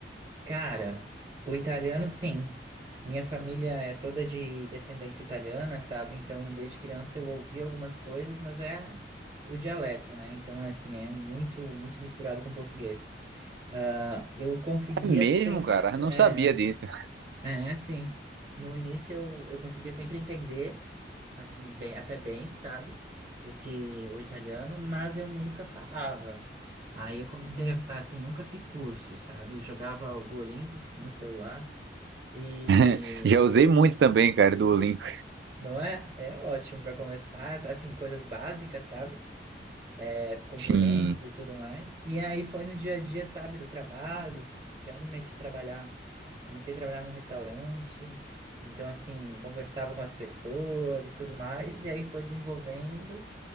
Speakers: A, on the right; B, on the right.
A: Cara, o italiano, sim. Minha família é toda de descendência italiana, sabe? Então, desde criança eu ouvi algumas coisas, mas é o dialeto, né? Então, é assim, é muito, muito misturado com português. Ah, eu conseguia
B: É mesmo,
A: sem,
B: cara. Eu não
A: é,
B: sabia disso.
A: é, sim. No início eu, eu conseguia sempre entender, assim, bem, até bem, sabe? O que o italiano, mas eu nunca falava. Aí eu comecei a, assim, nunca fiz curso, sabe? Jogava o Duolingo <laughs> no celular e
B: <laughs> Já usei muito também, cara, do Duolingo.
A: não é? É ótimo para começar, assim, coisas básicas, sabe? é, cumprimentos
B: Sim.
A: e tudo mais. E aí foi no dia a dia, sabe, do trabalho, já me meti a trabalhar, comecei a trabalhar num restaurante, então assim, conversava com as pessoas e tudo mais, e aí foi desenvolvendo.